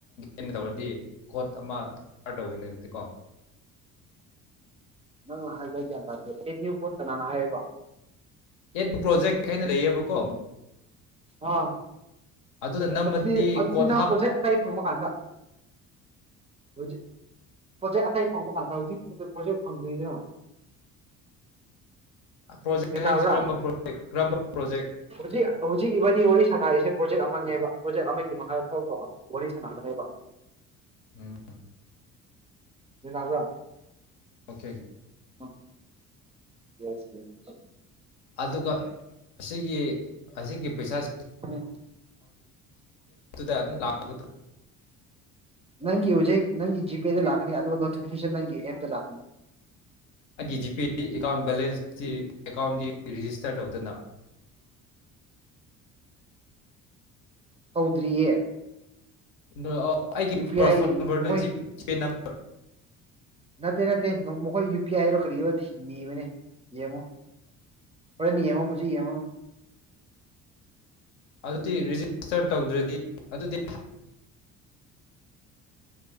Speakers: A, on the left (about 75°); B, on the right (about 15°).
A: ꯀꯩꯅ ꯇꯧꯔꯗꯤ ꯈꯣꯠ ꯑꯃ ꯀꯔ ꯇꯧꯕꯋꯤꯅꯦ ꯑꯗꯨꯗꯤ ꯀꯣ
B: ꯅꯪ ꯍꯥꯏꯕ ꯒ꯭ꯌꯥꯟ ꯇꯥꯗꯦ ꯑꯦ ꯅꯌꯨ ꯄꯣꯠ ꯀꯅꯥꯅ ꯍꯥꯏꯌꯦꯕꯣ
A: ꯌꯦꯠꯕꯨ ꯄ꯭ꯔꯣꯖꯦꯛ ꯍꯥꯏꯅ ꯂꯩꯌꯦꯕꯀꯣ
B: ꯑꯥ
A: ꯑꯗꯨꯗ ꯅꯝꯃꯗꯤ
B: ꯑꯗꯨꯗꯤ ꯑꯗꯨꯗꯤ
A: ꯀꯣꯠ
B: ꯅꯪ
A: ꯍꯥꯞ
B: ꯄ꯭ꯔꯣꯖꯦꯛ ꯑꯇꯩ ꯐꯪꯕ ꯀꯥꯟꯗ ꯍꯧꯖꯤꯛ ꯄꯣꯠꯆꯩ ꯑꯇꯩ ꯐꯪꯕ ꯀꯥꯟꯗ ꯍꯧꯖꯤꯛ ꯄꯣꯠꯆꯩ ꯐꯪꯗ꯭ꯣꯏꯗꯥ
A: ꯄ꯭ꯔꯣꯖꯦꯛ
B: ꯒꯌ꯭ꯥꯟ
A: ꯍꯥꯏꯕꯁꯤ
B: ꯇꯕꯔꯥ
A: ꯀꯔꯝꯕ ꯄ꯭ꯔꯣꯖꯦꯛ ꯀꯔꯝꯕ ꯄ꯭ꯔꯣꯖꯦꯛ
B: ꯍꯧꯖꯤꯛ ꯍꯧꯖꯤꯛ ꯏꯕꯥꯅꯤ ꯋꯥꯔꯤ ꯁꯉꯔꯤꯁꯦ ꯄ꯭ꯔꯣꯖꯦꯛ ꯑꯃꯅꯦꯕ ꯄ꯭ꯔꯣꯖꯦꯛ ꯑꯃꯒꯤ ꯃꯈꯥꯗ ꯊꯕꯛ ꯇ ꯋꯥꯔꯤ ꯁꯅꯒꯅꯦꯕ
A: ꯎꯝ
B: ꯅꯕ꯭ꯔ
A: ꯑꯣꯀꯦ
B: ꯑꯣ ꯌꯦꯁ ꯌꯦꯁ
A: ꯑꯗꯨꯒ ꯑꯁꯤꯒꯤ ꯑꯁꯤꯒꯤ ꯄꯩꯁꯥ
B: ꯎꯝ
A: ꯗ ꯑꯗꯨꯝ ꯂꯥꯛꯒꯗ
B: ꯅꯪꯒꯤ ꯍꯧꯖꯤꯛ ꯅꯪꯒꯤ ꯖꯤꯄꯦꯗ ꯂꯥꯛꯀꯅꯤ ꯑꯗꯨꯒ ꯅꯣꯇꯤꯐꯤꯀꯦꯁꯟ ꯅꯪꯒꯤ ꯑꯦꯞꯇ ꯂꯥꯛꯀꯅꯤ
A: ꯑꯩꯪꯒꯤ ꯖꯤ ꯄꯦ ꯑꯦꯀꯥꯎꯟ ꯦꯂꯦꯟꯁ ꯑꯦꯀꯥꯎꯟꯗꯤ ꯔꯤꯖꯤꯁꯇꯔ ꯇꯧꯗꯅ
B: ꯇꯧꯗ꯭ꯔꯤꯌꯦ
A: <inaudible> ꯑꯩꯒꯤ
B: ꯌꯨ ꯄꯤ ꯑꯥꯏ
A: ꯐꯣꯟ ꯅꯝꯕꯔꯗꯨ
B: ꯃꯈꯣꯏ
A: ꯖꯤꯄꯦ ꯅꯝꯕꯔ
B: ꯅꯠꯇꯦ ꯅꯠꯇꯦ ꯃꯈꯣꯏ ꯌꯨ ꯄꯤ ꯑꯥꯏꯔꯣ ꯀꯔꯤꯔꯣ ꯊꯤꯕꯅꯦ ꯌꯦꯡꯉꯨ ꯍꫭꯔꯦꯟ ꯌꯤꯡꯉꯨ ꯍꯧꯖꯤꯛ ꯌꯤꯡꯉꯨꯅꯨ
A: ꯑꯗꯨꯗꯤ ꯔꯤꯖꯤꯁꯇꯔ ꯇꯧꯗ꯭ꯔꯗꯤ ꯑꯗꯨꯗꯤ